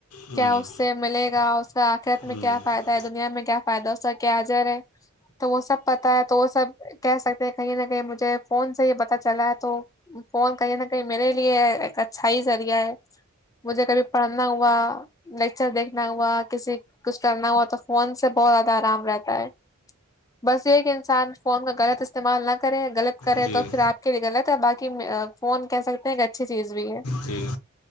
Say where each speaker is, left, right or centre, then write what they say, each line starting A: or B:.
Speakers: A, on the left; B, on the left.
A: ہوں
B: کیا اس سے ملے گا اس کا آخرت
A: ہاں
B: میں کیا فائدہ دنیا میں کیا فائدہ اس س کیا عجر ہے تو وہ سب پتا ہے تو وہ سب کہہ سکتے ہیں کہیں نہ کہیں مجھے فون سے یہ پتا چلا ہے تو فون کہیں نہ کہیں میرے لیے ایک اچھائی ہی ذریعہ ہے مجھے کبھی پڑھنا ہوا لیکچر دیکھنا ہوا کسی کچھ کرنا ہوا تو فون سے بہت زیادہ آرام رہتا ہے بسایک انسان فون کا غلط استعمال نہ کرے غلط کرے
A: جی
B: تو پھر آپ کے لیے غلط ہے بای فون کہہ سکتے ہیں ایک اچھی چیز بھی ہے
A: جی